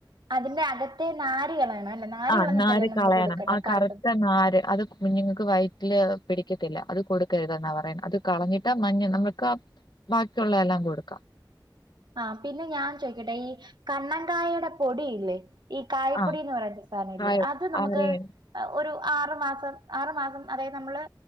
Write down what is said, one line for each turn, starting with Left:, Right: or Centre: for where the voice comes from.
Right: അതിന്റെ അകത്തെ നാര് കളയണം അല്ലെ നാര്
Left: ആഹ്
Right: കളഞ്ഞിട്ടല്ലേ
Left: നാാര്
Right: നമ്മള്
Left: കളയണം.
Right: കൊടുക്കണ്ടേ
Left: ആ
Right: കറുത്തത്
Left: കറുത്ത നാര് അത് കുഞ്ഞുങ്ങൾക്ക് വയറ്റില് പിടിക്കത്തില്ല അത് കൊടുക്കരുതെന്നാ പറയുന്നെ അത് കളഞ്ഞിട്ടാ മഞ്ഞ നമ്മക്കാ ബാക്കിയുള്ളതെല്ലാം കൊടുക്കാം.
Right: ആഹ് പിന്നെ ഞാൻ ചോയ്ക്കട്ടെ ഈ കണ്ണങ്കായയുടെ പൊടിയില്ലേ. ഈ കായ്പ്പൊടി
Left: ആ
Right: എന്ന് പറയുന്ന സാധനല്ലേ
Left: കായം
Right: അത് നമക്ക്-
Left: ആറിയൻ
Right: ആഹ് ഒരു ആറു മാസം ആറു മാസം അതായത് നമ്മള്